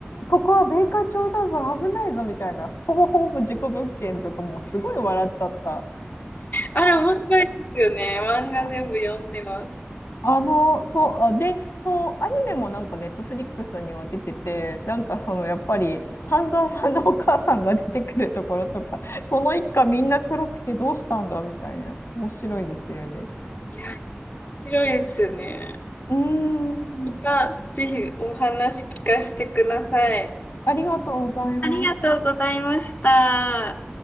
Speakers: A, on the left; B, on the left.
A: ここは米花町だぞ、危ないぞみたいな、ほぼほぼ事故物件とかもすごい笑っちゃった。
B: あれ面白いですよね。漫画全部読んでます。
A: ああの、そう、あで、そう、アニメもなんかネットフリックスには出てて、なんかそのやっぱり、半沢さんのお母さんが出てくるところとか、この一家みんな黒くてどうしたんだみたいな、面白いですよね。
B: いや、面白いですよね。
A: うーん、
B: また、ぜひお話聞かせてください。
A: ありがとうございます。
B: ありがとうございました。